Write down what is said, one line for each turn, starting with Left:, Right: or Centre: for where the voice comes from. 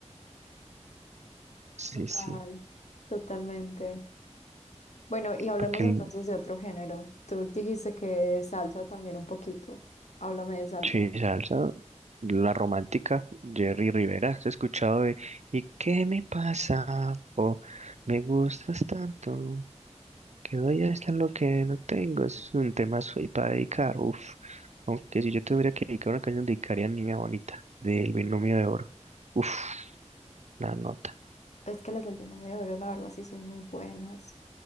Right: Sí,
Left: Total,
Right: sí.
Left: totalmente. Bueno, y hablemos
Right: Para que
Left: entonces
Right: el
Left: de otro género. Tú dijiste que salsa también un poquito. Háblame de salsa.
Right: sí, salsa, la romántica, Jerry Rivera, ¿has escuchado de ¿Y qué me pasa? O me gustas tanto. Que doy hasta lo que no tengo, eso es un tema soy para dedicar, uff. Aunque si yo tendría que dedicar una canción, dedicaría a Niña Bonita, del Binomio de Oro. Uff, la nota.
Left: Es que las del Vietnam y la verdad, sí son muy buenas.